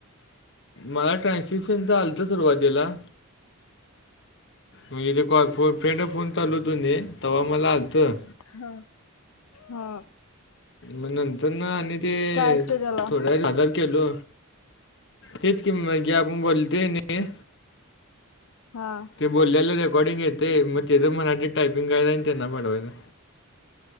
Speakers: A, on the left; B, on the left.
A: मला ट्रान्सशिप्शन आलत सुरवातीला मग इथे कॉ फ फ्रेंड फोन चाल हो तो तेव्हा मला आलतं
B: हा हा
A: मग नंतर ना आणि ते
B: काय असते त्याला
A: थोड्या आजार केलो तेच किंमत घ आपण बोलतय न
B: हा
A: ते बोललेलं रेकॉर्डिंग येते मग त्याचं मराठी टायपिंग कायदा आणि त्यांना मिळवायचं